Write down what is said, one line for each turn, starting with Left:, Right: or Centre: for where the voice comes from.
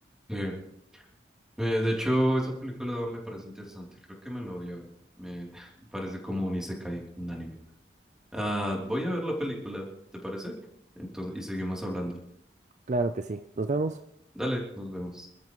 Centre: Eh, eh, de hecho, esa película me parece interesante. Creo que me la voy a ver. Me <laughs> parece como un isekai, un anime. Ah, voy a ver la película, ¿te parece? Entonces, y seguimos hablando.
Right: Claro que sí, nos vemos.
Centre: Dale, nos vemos.